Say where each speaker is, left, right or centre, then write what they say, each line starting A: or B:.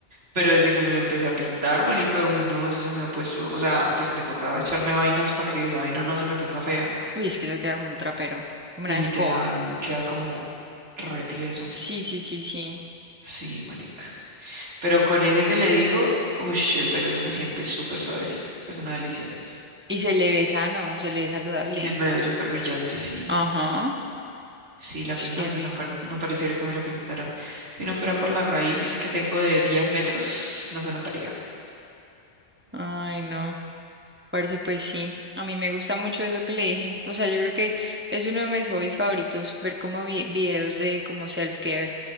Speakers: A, on the right; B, on the right.
A: pero desde que me lo empecé a pintar, marica, uy, no, eso se me ha puesto. O sea, pues me tocaba echarme vainas para que esa vaina no se me ponga fea.
B: Uy, es que eso queda como un trapero, como una
A: Literal,
B: escoba.
A: queda como re tieso.
B: Sí, sí, sí, sí.
A: Sí, marica. Pero con ese que le digo, uff, el pelo se me siente súper suavecito. Es una delicia.
B: Y se le ve sano, se le ve saludable.
A: Y se me ve súper brillante, sí.
B: Ajá.
A: Sí, la
B: Uf,
A: plena
B: qué
A: sí,
B: rico.
A: no, par- no pareciera que me lo pintara. Si no fuera por la raíz que tengo de 10 metros, no se notaría.
B: Ay, no. Parce, pues sí, a mí me gusta mucho eso que le dije. O sea, yo creo que es uno de mis hobbies favoritos, ver como vi- videos de como self-care